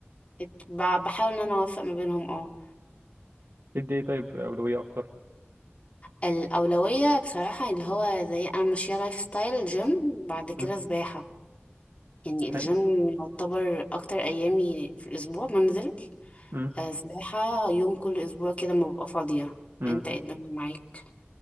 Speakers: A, on the left; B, on the right.
A: ات- ب- بحاول ان انا اوفق ما بينهم اه
B: ادي ايه طيب اولويه اكتر
A: الاولوية بصراحة اللي هو زي انا ماشية لايف ستايل جيم بعد كده
B: امم
A: سباحة يعني الجيم
B: حلو
A: يعتبر اكتر ايامي في الاسبوع بنزل
B: امم
A: آه، سباحة يوم كل اسبوع كده ما ببقى فاضية
B: امم
A: انت ايه الدنيا معاك